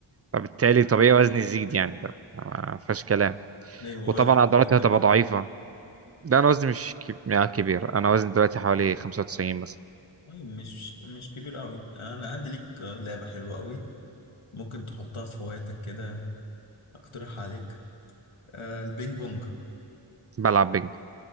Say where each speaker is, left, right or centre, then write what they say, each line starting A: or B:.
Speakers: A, on the right; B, on the left.
A: فبالتالي طبيعي وزني يزيد يعني ده ما فيهاش كلام
B: ايوه
A: وطبعا
B: وزنك
A: عضلاتي
B: في كام
A: هتبقى
B: دلوقتي؟
A: ضعيفه ده انا وزني مش كب... يعني كبير انا وزني دلوقتي حوالي 95 مثلا
B: طيب مش مش كبير قوي انا عندي ليك آه، لعبة حلوة قوي ممكن تحطها في هواياتك كده اقترح عليك آه البينج بونج
A: بلعب بينج